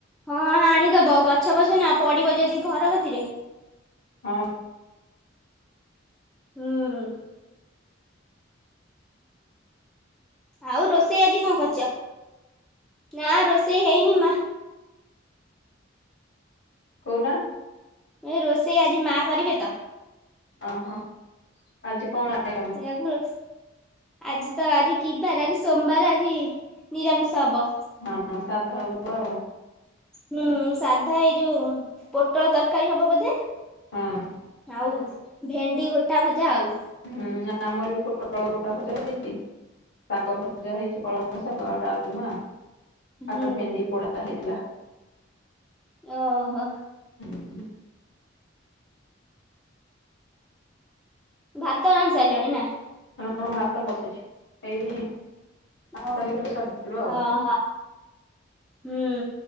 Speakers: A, in the centre; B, on the left (about 65°).
A: ହଁ ହାଣିଦବ ଗଛ ବଛ ନାଁ ପଡ଼ିବ ଯଦି ଘର କତିରେ
B: ହଁ।
A: ହୁଁ। ଆଉ ରୋଷେଇ ଆଜି କଣ କରଚ ନାଁ ରୋଷେଇ ହେଇନି ମା
B: କଉନା।
A: ଏ ରୋଷେଇ ଆଜି ମା କରିବେ ତ।
B: ଓହୋ ଆଜି କଣ ଆଇଟମ?
A: ସେଇଆକୁ ଆଜି ତ ଆଜି କି ବାର ଆଜି ସୋମବାର ଆଜି ନିରାମିଷ ହବ।
B: ହଁ ସାଧା ହବ ଆଉ।
A: ହୁଁ ସାଧା ଏଇ ଯୋଉ ପୋଟଳ ତରକାରୀ ହବ ବୋଧେ।
B: ହଁ
A: ଆଉ ଭେଣ୍ଡି ଗୋଟା ଭଜା ଆଉ।
B: ହୁଁ ନାଁ ଆମର ବି ପୋଟଳ ଗୋଟା ଭଜା ହଉଚି। ଶାଗ ଭଜା ହେଇଚି କଳମ ଶାଗ ଆଉ ଡାଲମା
A: ହୁଁ।
B: ଆଉ ଭେଣ୍ଡି ପୋଡ଼ା ହେଇଥିଲା।
A: ଓହୋ।
B: ହୁଁ।
A: ଭାତ ରାନ୍ଧି ସାଇଲଣି ନାଁ?
B: ହଁ ଭାତ ବସିଛି ହେଇନି। ଭାତ
A: ଓ
B: ହେଇଗଲେ ସରିଯିବ ଆଉ
A: ଅ ହ ହୁଁ।